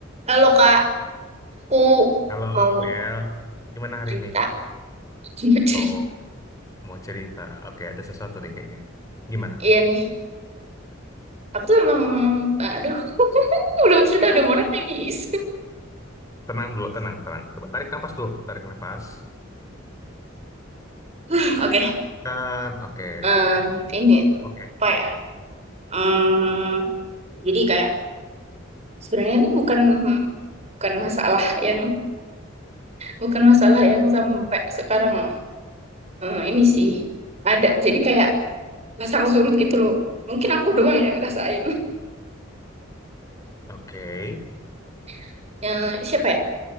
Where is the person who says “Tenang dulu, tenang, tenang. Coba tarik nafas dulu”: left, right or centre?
Left